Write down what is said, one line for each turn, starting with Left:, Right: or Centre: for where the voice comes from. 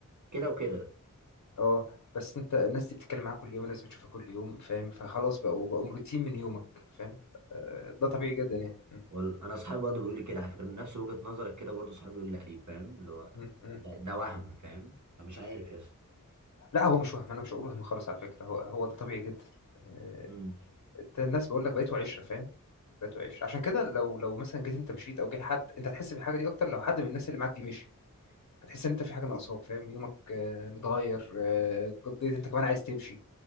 Right: كده وكده
Left: اه بس انت الناس دي بتتكلم معاك كل يوم الناس بتشوفها كل يوم فاهم فخلاص بقوا بقوا روتين من يومك فاهم آه، ده طبيعي جدا يعني م-
Right: وال- انا اصحابي برضه بيقولوا لي كده على فكره نفس وجهه نظرك كده برضه صحابي بيقولوا لي عليه فاهم اللي هو
Left: م- م.
Right: ده, ده وهم فاهم فمش عارف يا اسطى
Left: لا هو مش وهم انا مش هقول وهم خالص على فكره هو هو ده طبيعي جدا آه،
Right: امم
Left: انت الناس بقول لك بقيتوا عشره فاهم بقيتوا عشره عشان كده لو لو مثلا جيت انت مشيت او جه حد انت هتحس بالحاجه دي اكتر لو حد من الناس اللي معاك دي مشي هتحس ان انت في حاجه ناقصاك فاهم يومك آه، متغير آه، قضيت انت كمان عايز تمشي